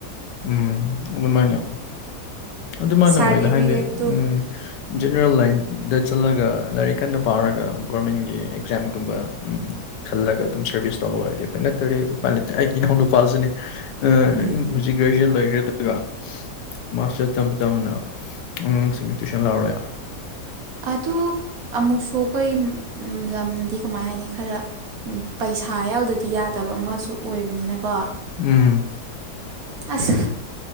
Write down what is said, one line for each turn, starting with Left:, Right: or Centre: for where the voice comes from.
Left: ꯎꯝ ꯑꯗꯨꯃꯥꯏꯅ ꯑꯗꯨꯃꯥꯏꯅ
Right: ꯁꯥꯔꯇꯤꯐꯤꯀꯦꯠꯇꯨ
Left: ꯑꯣꯏꯗ ꯍꯥꯏꯗꯤ ꯎꯝ ꯖꯦꯅꯦꯔꯦꯜ ꯂꯥꯏꯟꯗ ꯆꯠꯂꯒ ꯂꯥꯏꯔꯤꯛ ꯀꯟꯅ ꯄꯥꯔꯒ ꯒꯣꯔꯃꯦꯟꯒꯤ ꯑꯦꯛꯖꯥꯝꯒꯨꯝꯕ ꯎꯝ ꯈꯜꯂꯒ ꯑꯗꯨꯝ ꯁ꯭ꯔꯚꯤꯁ ꯇꯧꯕ ꯑꯣꯏꯔꯗꯤ ꯐꯥꯏ ꯅꯠꯇꯔꯗꯤ ꯎꯄꯥꯏ ꯂꯩꯠꯇꯦ ꯑꯩꯒꯤ ꯏꯅꯥꯎ ꯅꯨꯄꯥꯁꯨꯅꯦ ꯑꯥ
Right: ꯎꯝ
Left: ꯍꯧꯖꯤꯛ ꯒ꯭ꯔꯦꯖꯨꯑꯦꯁꯟ ꯂꯩꯈ꯭ꯔꯦ ꯑꯗꯨꯒ ꯃꯥꯁꯇꯔ ꯇꯝ ꯇꯝꯅ ꯑꯉꯥꯡꯁꯤꯡꯒꯤ ꯇꯨꯏꯁꯟ ꯂꯥꯎꯔꯦ
Right: ꯑꯗꯨ ꯑꯃꯨꯛꯁꯨ ꯑꯩꯈꯣꯏ ꯂꯝꯗꯤ ꯀꯃꯥꯏ ꯍꯥꯏꯅꯤ ꯈꯔ ꯄꯩꯁꯥ ꯌꯥꯎꯗꯗꯤ ꯌꯥꯗꯕ ꯑꯃꯁꯨ ꯑꯣꯏꯕꯅꯤꯅꯀꯣ
Left: ꯎꯝ
Right: ꯑꯁ